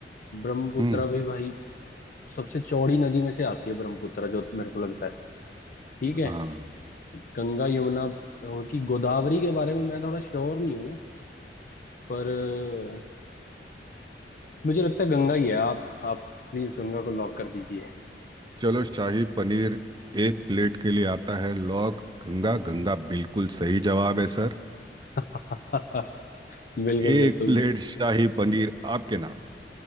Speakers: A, on the left; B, on the right.
A: ब्रह्मपुत्र
B: हम्म
A: भी भाई सबसे चौड़ी नदी में से आती है ब्रह्मपुत्र जो मेरे को लगता है ठीक है
B: हाँ
A: गंगा यमुना अ, की गोदावरी के बारे में मैं थोड़ा श्योर नहीं हूँ पर अ, मुझे लगता है गंगा ही है आप आप प्लीज गंगा को लॉक कर दीजिए
B: चलो शाही पनीर एक प्लेट के लिए आता है लॉग गंगा गंगा बिल्कुल सही जवाब है सर
A: <laughs> बिल्कुल
B: एक
A: बिल्कुल
B: प्लेट शाही पनीर आपके नाम